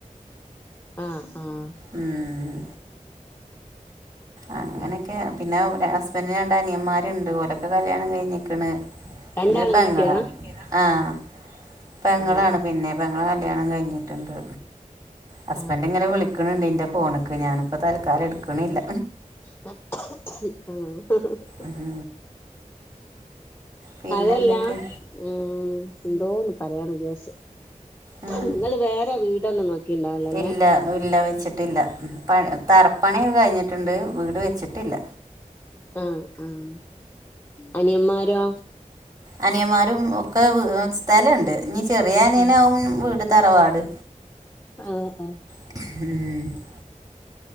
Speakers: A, on the left; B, on the right.
A: ആഹ് ആഹ്
B: ഉം ഉം അങ്ങനെയൊക്കെയാ
A: ഉം
B: പിന്നെ ഹസ്ബനന്റിന് രണ്ട് അനിയന്മാരുണ്ട് ഓലൊക്കെ കല്യാണം കഴിഞ്ഞിക്കണ്
A: രണ്ടാളും
B: പിന്നെ ഒരു പെങ്ങള
A: കെട്ടിയതാ
B: ആഹ് പെങ്ങളാണ്
A: ആഹ്
B: പിന്നെ പെങ്ങള കല്യാണം കഴിഞ്ഞിട്ടുണ്ട് ഹസ്ബൻറ്
A: ആഹ്
B: ഇങ്ങനെ വിളിക്കണിണ്ട് എന്റെ ഫോണ്ക്ക് ഞാനിപ്പ തൽക്കാലം എടുക്കണില്ല
A: ഉം
B: ഉം പിന്നെ
A: അതല്ലാ
B: എന്തൊക്കെയാ
A: ഉം ന്തോന്ന് പറയാംന്ന് വിചാരിചെ
B: ആഹ്
A: നിങ്ങള് വേറെ വീടൊന്നും നോക്കിണ്ടാവലോല്ലേ
B: ഇല്ല ഇല്ല വെച്ചിട്ടില്ല തറപ്പണിയൊക്കെ കഴിഞ്ഞിട്ടുണ്ട് വീട് വെച്ചിട്ടില്ല
A: ഉം ഉം അനിയൻ മാരോ
B: അനിയന്മാരും ഒക്കെ സ്ഥലമുണ്ട് ഇനി ചെറിയ അനിയനാവും
A: ആ
B: വീട് തറവാട്
A: ഉം ഉം
B: ഉം